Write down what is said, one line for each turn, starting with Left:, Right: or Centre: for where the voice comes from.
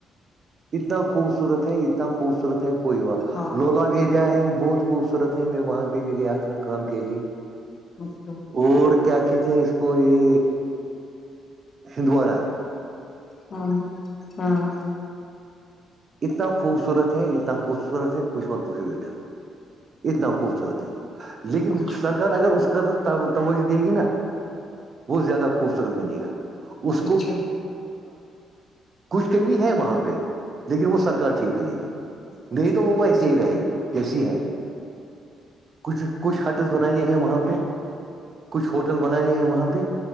Right: اتنا خوبصورت ہے اتنا خوبصورت ہے کوئی
Left: ہاں
Right: لولاگ ایریا ہے بہت خوبصورت ہے میں وہاں پہ بھی گیا تھا کام کے لیے
Left: اچھا
Right: اور کیا کہ تھے اس کو یہ ہندوارا
Left: ہاں ہاں
Right: اتنا خوبصورت ہے اتنا خوبصورت ہے کچھ مت پوچھو بیٹا اتنا خوبصورت ہے لیکن
Left: اچھا
Right: سرکار اگر اس کا توجہ دے گی نا وہت زیادہ خوبصورت بنے گا اس
Left: اچھا
Right: کو کچھ کمی ہے وہاں پہ لیکن وہ سرک ٹھیک کرے گی
Left: اچھا
Right: نہیں تو وہ وہ ایس ہی رہے گی جیسی ہے کچھ کچھ
Left: جی
Right: ہٹز بنے ہیں وہاں پہ کچھ ہوٹل بنانے ہیں وہاں پہ